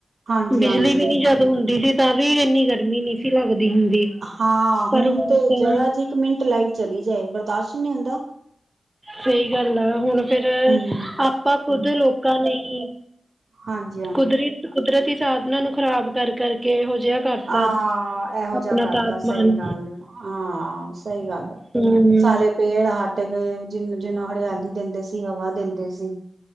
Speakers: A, on the right; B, on the right.
A: ਹਾਂਜੀ-ਹਾਂਜੀ
B: ਬਿਜਲੀ ਵੀ ਨੀ ਜਦ ਹੁੰਦੀ ਸੀ ਤਾਂ ਵੀ ਇੰਨੀ ਗਰਮੀ ਨਈ ਸੀ ਲੱਗਦੀ ਹੁੰਦੀ।
A: ਹਾਂ
B: ਪਰ
A: ਹੁਣ ਤੇ
B: ਤਾਂ
A: ਜਰਾ ਜੀ ਇੱਕ ਮਿੰਟ ਲਾਈਟ ਚਲੀ ਜਾਏ ਬਰਦਾਸ਼ਤ ਹੀ ਨਈ ਹੁੰਦਾ।
B: ਸਈ ਗੱਲ ਆ ਹੁਣ ਫਿਰ
A: ਹੂੰ,
B: ਆਪਾਂ ਖੁਦ ਲੋਕਾਂ ਲਈ
A: ਹਾਂਜੀ
B: ਕੁਦਰਤ ਕੁਦਰਤੀ ਸਾਧਨਾਂ ਨੂੰ ਖ਼ਰਾਬ ਕਰਕੇ ਇਹੋ ਜਿਹਾ ਕਰਤਾ
A: ਹਾਂ ਇਹੋ
B: ਆਪਣਾ
A: ਜਿਹਾ ਕਰਤਾਂ
B: ਤਾਪਮਾਨ
A: ਸਈ ਗੱਲ ਹੈ ਹਾਂ ਸਈ ਗੱਲ ਹੈ।
B: ਹੂੰ
A: ਸਾਰੇ ਪੇੜ ਹਟ ਗਏ ਜਿਨੂੰ ਜਿਹਨੂੰ ਹਰਿਆਲੀ ਦਿੰਦੇ ਸੀ ਹਵਾ ਦਿੰਦੇ ਸੀ।